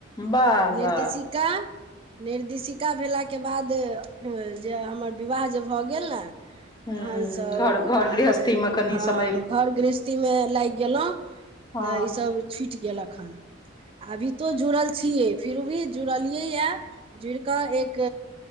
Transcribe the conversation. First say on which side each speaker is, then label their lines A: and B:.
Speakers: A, on the left (about 20°); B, on the right (about 30°).
A: वाह वाह
B: निर्देशिका निर्देशिका भेला के बाद जे हमर विवाह जे भऽ गेल न
A: हूँ
B: तखन सभ
A: घर घर
B: हमर
A: गृहस्थी मे कनि
B: हँ
A: समय
B: घोर गृहस्थी में लागि गेलहुँ
A: हा
B: तऽ ईसभ छुटि गेलक हन अभी तो जुड़ल छीये फिर भी जुड़लिये या जुड़ कऽ एक